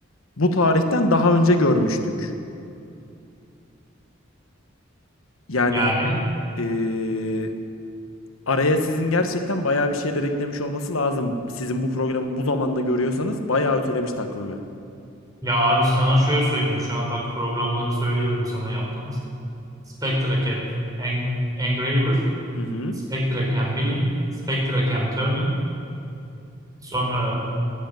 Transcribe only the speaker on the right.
Yani
ya abi sana şöyle söyleyeyim. Şu an bak programları söylüyorum sana yaptığımız. Spectra CAD, Eng- Engraver.
Spectra Cam Milling, Spectra Cam Turning, sonra